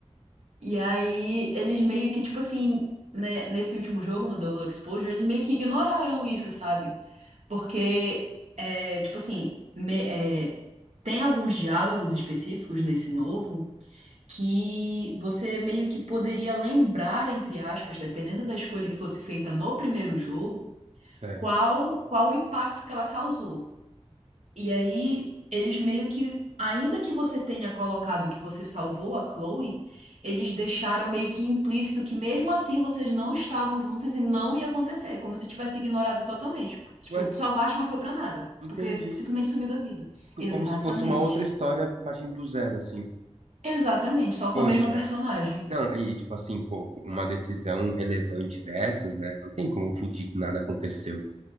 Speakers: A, on the right; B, on the right.
A: E aí, eles meio que, tipo assim, né, nesse último jogo, no Double Exposure, eles meio que ignoraram isso, sabe? Porque, é, tipo assim, me- é, tem alguns diálogos específicos nesse novo que você meio que poderia lembrar, entre aspas, dependendo da escolha que fosse feita no primeiro jogo,
B: Certo.
A: qual, qual o impacto que ela causou. E aí, eles meio que, ainda que você tenha colocado que você salvou a Chloe, eles deixaram meio que implícito que mesmo assim vocês não estavam juntos e não ia acontecer, como se tivesse ignorado totalmente. Tipo,
B: Ué,
A: tu salvaste, mas foi pra nada,
B: entendi.
A: porque simplesmente sumiu da vida. Exatamente.
B: Como se fosse uma outra história partindo do zero, assim.
A: Exatamente, só
B: Poxa,
A: com a mesma personagem.
B: Não, e tipo assim, pô, uma decisão relevante dessas, né? Não tem como fingir que nada aconteceu.